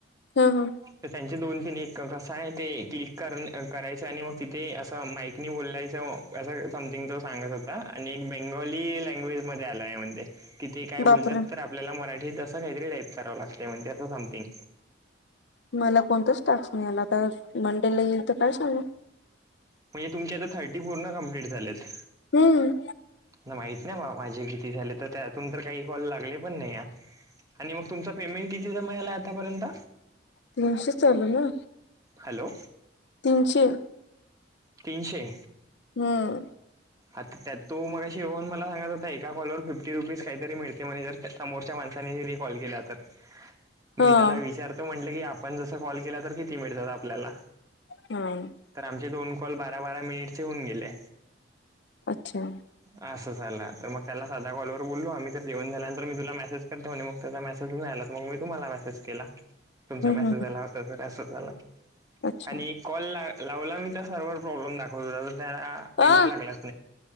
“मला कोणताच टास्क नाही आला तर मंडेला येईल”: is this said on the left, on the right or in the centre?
Left